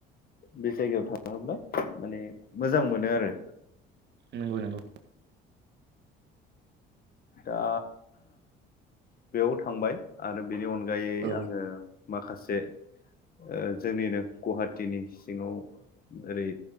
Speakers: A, on the left; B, on the right.
A: बे जायगायाव थाङोब्ला माने मोजां मोनो आरो।
B: नंगौ नंगौ।
A: दा बेयाव थांबाय आरो बेनि अनगायै
B: औ
A: आङो माखासे ओ जोंनिनो गुवाहाटिनि सिङाव ओरै